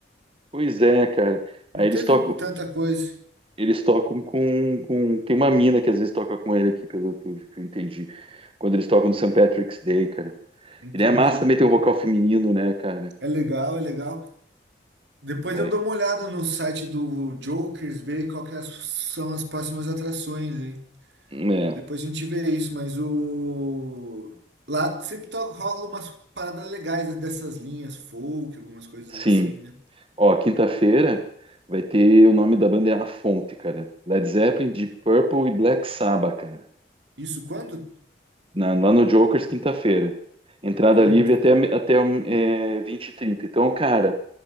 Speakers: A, on the right (about 30°); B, on the right (about 85°).
A: Pois é, cara. Aí
B: Não
A: eles
B: teve
A: tocam.
B: tanta coisa.
A: Eles tocam com, com. Tem uma mina que às vezes toca com ele aqui, pelo que eu, que eu entendi. Quando eles tocam no Saint Patrick's Day, cara.
B: Entendi.
A: E daí a massa também tem um vocal feminino, né, cara?
B: É legal, é legal. Depois
A: Daí-
B: eu dou uma olhada no site do Jokers, ver qual que é as- são as próximas atrações, hein?
A: É,
B: Depois a gente vê isso, mas o... Lá sempre to- rola umas paradas legais dessas linhas folk, algumas coisas
A: sim.
B: assim, né?
A: Ó, quinta-feira vai ter o nome da banda é A Fonte, cara. Led Zeppelin, Deep Purple e Black Sabbath, cara.
B: Isso quando?
A: Na- lá no Jokers, quinta-feira. Entrada
B: Quinta.
A: livre até, até hum, é, 20h30. Então, cara,